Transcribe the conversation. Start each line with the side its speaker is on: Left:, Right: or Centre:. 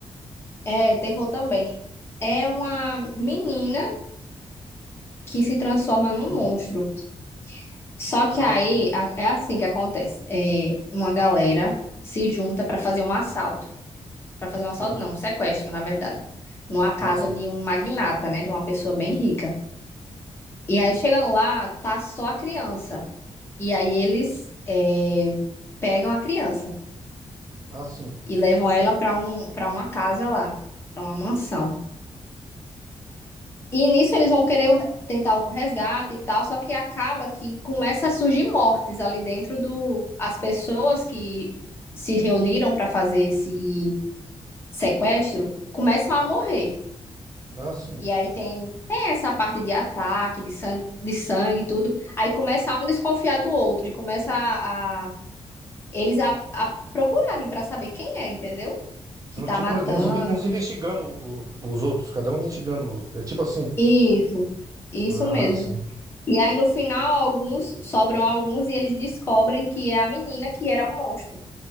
Left: É, terror também. É uma menina que se transforma num
Right: Sim.
Left: monstro. Só que
Right: Ah,
Left: aí,
Right: sim.
Left: a- é assim que acontece. É, uma galera se junta pra fazer um assalto. para fazer um assalto,
Right: Ah,
Left: não, um sequestro, na verdade, numa casa
Right: ah, sim.
Left: de um magnata, né, de uma pessoa bem rica. E aí chegando lá, tá só a criança. E aí eles é, pegam a criança
Right: Ah, sim.
Left: e levam ela para um, para uma casa lá, para uma mansão. E nisso eles vão querer o- tentar o resgate e tal, só que acaba que começa a surgir mortes ali dentro do as pessoas que se reuniram para fazer esse sequestro começam a morrer.
Right: Ah, sim.
Left: E aí tem, tem essa parte de ataque, de sangue, de sangue e tudo. Aí começa um desconfiar do outro e começa a, a- eles a, a procurarem pra saber quem é, entendeu?
Right: São
Left: Que tá
Right: tipo
Left: matando.
Right: uns, inve- uns investigando o- os outros, cada um investigando. os- É tipo assim.
Left: Isso, isso
Right: Ah,
Left: mesmo.
Right: sim.
Left: E aí no final alguns sobram alguns e eles descobrem que é a menina que era um monstro.